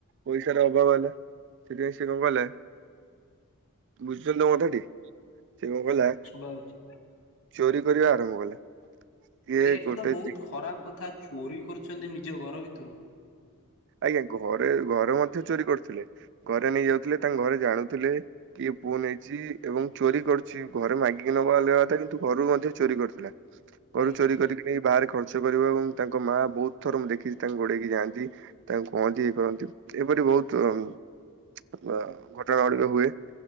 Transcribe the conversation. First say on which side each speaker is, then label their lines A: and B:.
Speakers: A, on the right; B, on the left.
A: ପଇସାର ଅଭାବ ହେଲା ସେଥିପାଇଁ ସେ କଣ କଲେ? ବୁଝୁଚନ୍ତି ତ ମୋ କଥାଟି ସେ କଣ କଲା
B: ବାରୁଚି।
A: ଚୋରି କରିବା ଆରମ୍ଭ କଲା। ସିଏ
B: ଆଜ୍ଞା ଏଠି
A: ଗୋଟେ
B: ତ ବହୁତ ଖରାପ କଥା ଚୋରି କରୁଛନ୍ତି ନିଜ ଘର ଭିତରୁ?
A: ଆଜ୍ଞା ଘରେ ଘରେ ମଧ୍ୟ ଚୋରି କରୁଥିଲେ ଘରେ ନେଇ ଯାଉଥିଲେ ତାଙ୍କ ଘରେ ଜାଣୁଥିଲେ। କିଏ ପୁଅ ନେଇଚି ଏବଂ ଚୋରି କରୁଚି ଘରେ ମାଗିକି ନବା ଅଲଗା କଥା କିନ୍ତୁ ଘରୁ ମଧ୍ୟ ଚୋରି କରିୁଥିଲା। <unintelligible> ଘରୁ
B: ଆଜ୍ଞା।
A: ଚୋରି କରିକି ନେଇ ବାହାରେ ଖର୍ଚ୍ଚ କରିବ ଏବଂ ତାଙ୍କ ମା ବହୁତ ଥର ଦେଖିକି ତାଙ୍କୁ ଗୋଡେଇକି ଯାଆନ୍ତି। ତାଙ୍କୁ କହନ୍ତି ଇଏ କରନ୍ତି ଏପରି ବହୁତ ଅ ଘଟଣା ଗୁଡିକ ହୁଏ।